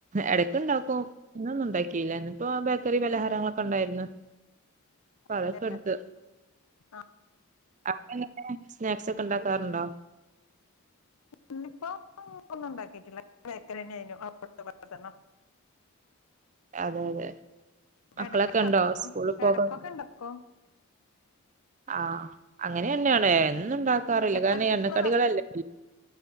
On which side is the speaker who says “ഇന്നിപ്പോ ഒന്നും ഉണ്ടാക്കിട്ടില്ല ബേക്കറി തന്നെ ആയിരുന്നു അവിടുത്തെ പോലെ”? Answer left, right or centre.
Left